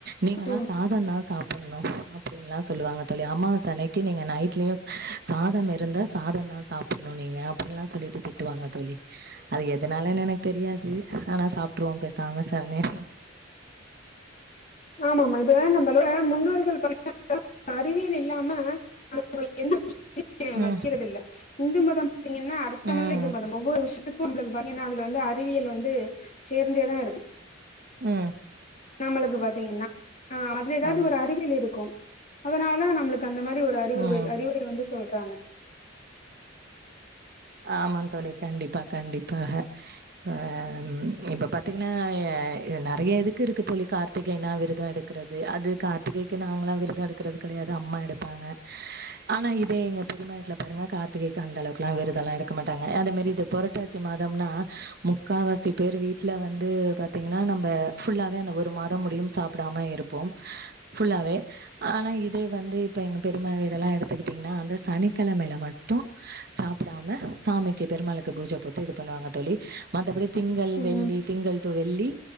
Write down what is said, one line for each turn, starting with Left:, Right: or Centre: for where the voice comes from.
Right: நீங்கல்லாம்
Left: ம்
Right: சாதம் தான் சாப்பிடணும் அப்படின்லாம் சொல்லுவாங்க தோழி அம்மாவாச அன்னைக்கு நீங்க நைட்லயும் சாதம் இருந்தா சாதம் தான் சாப்பிடணும் நீங்க அப்படின்னுல்லாம் சொல்லிட்டு திட்டுவாங்க தோழி அது எதுனால எனக்கு தெரியாது ஆனா சாப்பிட்ருவோம் பேசாம செவனேனு
Left: ஆமா ஆமா இதுவே நம்பலே முன்னூறு கள் பண்ண அறிவியல் இல்லாம அவங்க எந்த <unintelligible>
Right: ம்
Left: வக்கறதில்ல இந்து மதம் கேடிங்கன்னா அர்த்தம்
Right: ம்
Left: உள்ள இது ஒவ்வொரு விஷயத்துக்கும் ஊழல் ஏன்னா அதுல வந்து அறிவியல் வந்து சேர்ந்தேதான் இருக்கு
Right: உம்
Left: நம்மளுக்கு பாத்தீங்கன்னா ஆஹ் அதுல ஏதாவது
Right: ஆமா
Left: ஒரு அறிவியல் இருக்கும் அதனால நம்ளுக்கு அந்த மாரி ஒரு அறிவு
Right: ம்
Left: உறை அறிவுரை வந்து சொல் ருக்காங்க
Right: ஆமா தோழி கண்டிப்பா கண்டிப்பாக ஹ இப்ப பாத்தீங்கன்னா நிறைய இது இருக்கு தோழி கார்த்திகைனா விரதம் எடுத்து எடுக்கறது அது கார்த்திகைக்கு நாங்லாம் விரதம் எடுக்கிறது கிடையாது அம்மா எடுப்பாங்க ஆனா இதே எங்க பெரிமா வீட்டுல பாருங்க கார்த்திகைக்கு அந்த அளவுக்குல்லாம் விர அதல்லா எடுக்க மாட்டாங்க அதே மாரி பொரட்டாசி மாதம்னா முக்காவாசி பேர் வீட் வீட்ல வந்து பாத்தீங்கன்னா நம்ப ஃபுல்லாவே அந்த ஒரு மாதம் முடியும் சாப்டாம இருப் போம் ஃபுல்லாவே ஆனா இதே வந்து இப்ப எங்க பெரிமா வீடெல்லா எடுத்துக்கிட்டிங்கன்னா அந்த சனிக்கிழமயில மட்டு சாப் ப்புடாம சாமிக்கு பெருமாளுக்கு பூஜ போட்டு இது பண்ணுவாங்க தோழி மத்தபடி திங்கள்
Left: ம்
Right: வெள்ளி திங்கள் டு வெள்ளி